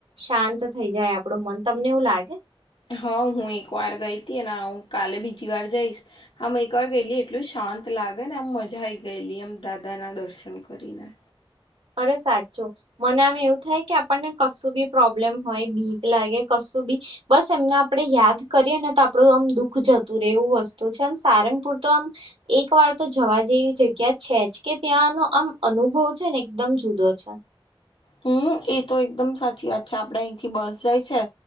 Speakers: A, on the right; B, on the left.
A: શાંત થઈ જાય આપડું મન તમને એવું લાગે?
B: હં હું એકવાર ગઈ હતી અનેને હું કાલે બીજી વાર જઈશ. આમ એકવાર ગયેલી એટલું શાંત લાગે ને આમ મજા આવી ગયેલી એમ દાદા ના દર્શન કરીને.
A: અરે સાચું. મને આમ એવું થાય કે આપણને કશું બી પ્રોબ્લેમ હોય ભીક લાગે કશું બી બસ એમને આપડણે યાદ કરીએ ને તો આપડું આમ દુઃખ જતું રહેે એવું વસ્તુ છે આમ સારંગપુર તો આમ એક વાર તો જવા જેવી જગ્યા છે જ કે ત્યાંનો આમ અનુભવ છે ને. એકદમ જુદો છે.
B: હમ્મ એ તો એકદમ સાચી વાત છેા આપડે અહીંથી બસ જાય છે.